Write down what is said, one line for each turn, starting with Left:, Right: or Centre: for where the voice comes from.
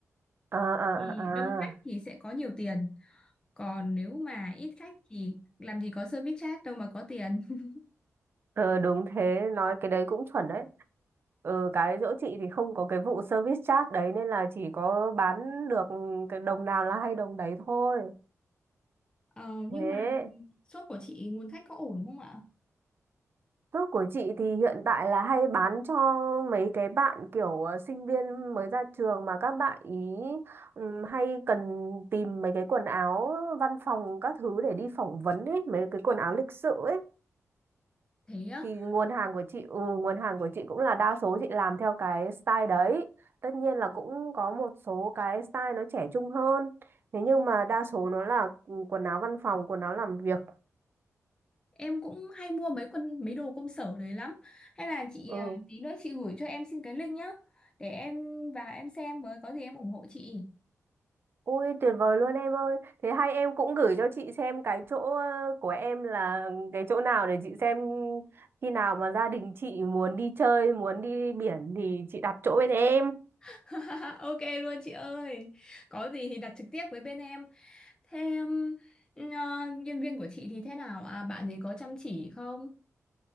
Right: à à
Left: thì
Right: à
Left: đông khách
Right: à
Left: thì sẽ có nhiều tiền còn nếu mà ít khách thì làm gì có service charge đâu mà có tiền <laughs>
Right: ờ, đúng thế nói cái đấy cũng chuẩn đấy ờ, cái chỗ chị thì không có cái vụ service charge đấy nên là chỉ có bán được cái đồng nào là hay đồng đấy thôi
Left: Ờ,
Right: thế
Left: nhưng mà shop của chị nguồn khách có ổn không ạ
Right: Thuốc của chị thì hiện tại là hay bán cho mấy cái bạn kiểu ờ, sinh viên mới ra trường mà các bạn ý ừm, hay cần tìm mấy cái quần áo văn phòng các thứ để đi phỏng vấn ấy, mấy cái quần áo lịch sự ấy.
Left: thế á?
Right: Thì nguồn hàng của chị, ừ, nguồn hàng của chị cũng là đa số chị làm theo cái style đấy. Tất nhiên là cũng có một số cái style nó trẻ trung hơn. Thế nhưng mà đa số nó là ừ, quần áo văn phòng, quần áo làm việc.
Left: Em cũng hay mua mấy quân mấy đồ công sở đấy lắm. Hay là chị
Right: Ừ.
Left: à, tí nữa chị gửi cho em xin cái link nhá. Để em vào em xem với có gì em ủng hộ chị.
Right: Ôi tuyệt vời luôn em ơi. Thế hay em cũng gửi cho chị xem cái chỗ ờ, của em là cái chỗ nào để chị xem khi nào mà gia đình chị muốn đi chơi, muốn đi biển thì chị đặt chỗ bên em.
Left: <laughs> Ok luôn chị ơi. Có gì thì đặt trực tiếp với bên em. Thế um, ờ, nhân viên của chị thì thế nào? À, bạn ấy có chăm chỉ không?